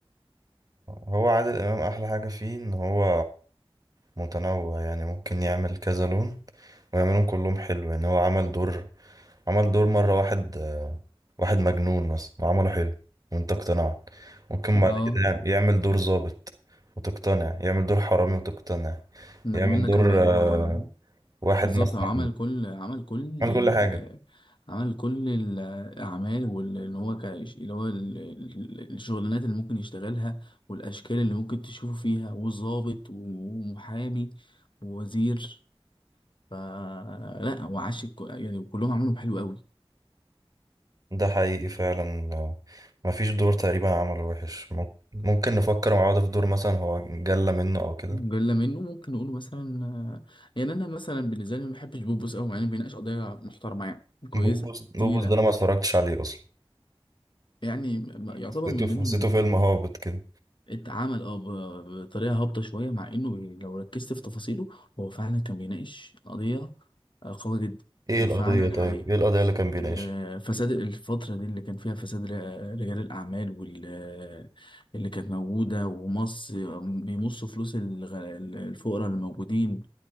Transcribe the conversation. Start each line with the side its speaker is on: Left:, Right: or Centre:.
Right: هو عادل امام احلى حاجه فيه ان هو متنوع يعني ممكن يعمل كذا لون ويعملهم كلهم حلو يعني هو عمل دور عمل دور مره واحد آه، واحد مجنون مثلا وعمله حلو وانت اقتنعت ممكن
Left: اه
Right: بعد كده يعم- يعمل دور ظابط وتقتنع يعمل دور حرامي وتقتنع
Left: المجنون
Right: يعمل
Left: ده
Right: دور
Left: كان بهلول
Right: آه،
Left: اه
Right: واحد
Left: بالظبط
Right: مثلا
Left: هو عمل كل عمل كل
Right: عمل
Left: ال...
Right: كل حاجه
Left: عمل كل الأعمال واللي هو ك... اللي هو ال... ال- الشغلانات اللي ممكن يشتغلها والأشكال اللي ممكن تشوفه فيها وظابط ومحامي ووزير فلا وعاش الك- يعني وكلهم عملهم حلو قوي
Right: ده حقيقي فعلا آه، مفيش دور تقريبا عمله وحش مم- ممكن نفكر مع بعض في دور مثلا هو جلى منه او كده
Left: جلة منه ممكن نقوله مثلا آه، يعني أنا مثلا بالنسبة لي ما بحبش بوبوس قوي يعني بيناقش قضايا محترمة يعني كويسة
Right: بوبوس بوبوس
Left: تقيلة
Right: ده انا ما اتفرجتش عليه اصلا
Left: يعني يعتبر
Right: حسيته
Left: من ضمن
Right: حسيته فيلم هابط كده
Left: اتعمل اه ب- بطريقه هابطه شويه مع انه بي- لو ركزت في تفاصيله هو فعلا كان بيناقش قضيه آه، قويه جدا
Right: ايه
Left: وفعلا
Right: القضية طيب
Left: حقيقي
Right: ايه القضية اللي كان بيناقشها
Left: آه، فساد الفترة دي اللي كان فيها فساد ر- رجال الأعمال واللي كانت موجودة ومص بيمصوا فلوس الغ- الفقراء اللي موجودين